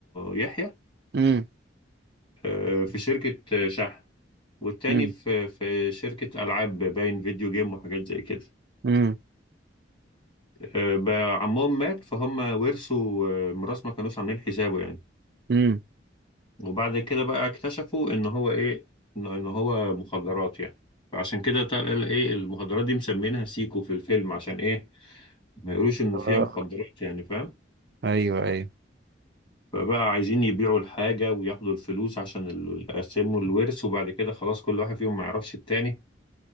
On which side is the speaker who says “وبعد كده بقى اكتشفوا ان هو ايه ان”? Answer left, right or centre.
Left